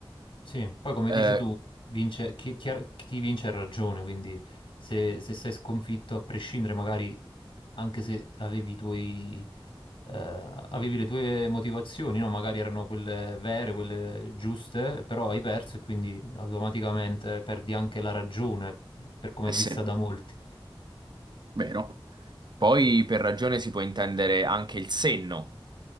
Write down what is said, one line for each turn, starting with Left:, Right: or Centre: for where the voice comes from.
Left: Sì, poi come
Right: Eh,
Left: dici tu, vince, chi, chi ha- chi vince ha ragione, quindi se, se sei sconfitto, a prescindere magari anche se avevi i tuoi, eh, avevi le tue motivazioni, no? Magari erano quelle vere, quelle giuste, però hai perso e quindi automaticamente perdi anche la ragione, per come
Right: eh
Left: è vista
Right: sì,
Left: da molti.
Right: vero. Poi per ragione si può intendere anche il senno,